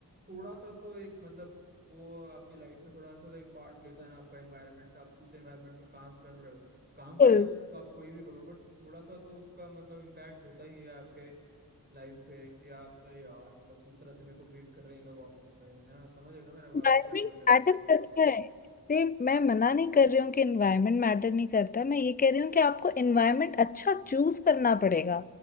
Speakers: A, on the right; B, on the left.
A: थोड़ा सा तो एक मतलब वो आपकी लाइफ में थोड़ा सा तो एक पार्ट लेता है ना आपका एनवायरनमेंट आप किस एनवायरनमेंट में काम कर रहे हो काम चाहे
B: बिल्कुल
A: आप कोई भी करो बट थोड़ा सा तो उसका मतलब इम्पैक्ट होता ही है आपके लाइफ पे कि आप अरे यार मतलब किस तरह से मेरे को ट्रीट कर रहे हैं ये लोग ऑफिस में है ना समझ रहे हो ना मेरा बात
B: इन्वायरमेंट
A: क्या बोलने का
B: मैटर
A: ट्राई कर रहा
B: करता
A: हूँ
B: है इससे मैं मना नहीं कर रही हूँ कि इन्वायरमेंट मैटर नहीं करता मैं ये कह रही हूँ कि आपको इन्वायरमेंट अच्छा चूज करना पड़ेगा